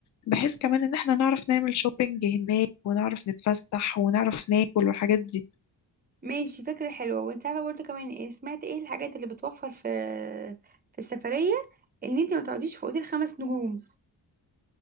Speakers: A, on the left; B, on the right.
A: بحيث كمان ان احنا نعرف نعمل شوبينج هناك ونعرف نتفسح ونعرف ناكل والحاجات دي
B: ماشي فكرة حلوة وانت عارفة برضه كمان ايه سمعت ايه الحاجات اللي بتوفر في في السفرية ان انت ما تقعديش في اوتيل خمس نجوم